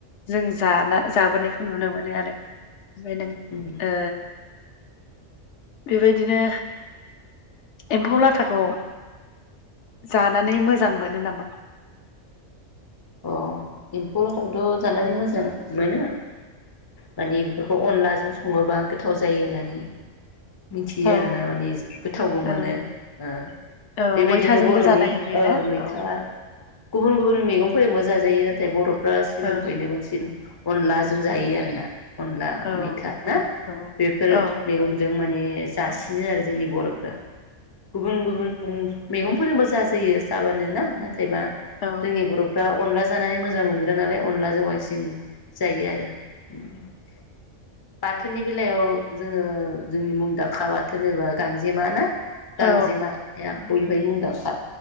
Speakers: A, on the left (about 70°); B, on the left (about 25°).
A: जों जाना जाबोनायखौ नुनो मोनो आरो ओमफ्राय नों
B: उम
A: ओ बेबायदिनो एम्फौ लाथाखौ जानानै मोजां मोनो नामा
B: अ एम्फौ लाथाखौथ' जानानै मोजां मोनो माने बेफोरखौ अनलाजों सङोबा गोथाव जायो नानै मिथियो
A: औ
B: आरो ना मानि गोथावबो
A: औ
B: मोनो ओ
A: औ
B: बेबायदिनो
A: मैथाजोंबो
B: बर'नि
A: जानाय नुयोना
B: अ मैथा
A: औ
B: गुबुन गुबुन मेगं फोरजोंबो जाजायो नाथाय बर' फ्रा सिगांनिफ्रायनो
A: औ
B: बांसिन अनलाजों जायो आरो ना अनला
A: औ
B: मैथा ना
A: औ
B: बेफोर
A: औ
B: मैगंजों माने जासिनो आरो जोंनि बर'फ्रा गुबुन गुबुन मेगंफोरजोंबो जाजायो जाबानो ना ना थायबा
A: औ
B: जोंनि बर' अनला जानानै मोजां मोनग्रा नालाय अनलाजों बांसिन जायो आरो <inaudible> बाथोननि बेलायाव जोङो जोंनि मुंदांखा बाथोन होनोबा गांजेमा ना
A: औ
B: गांजेमाया बयनिफ्राय मुंदांखा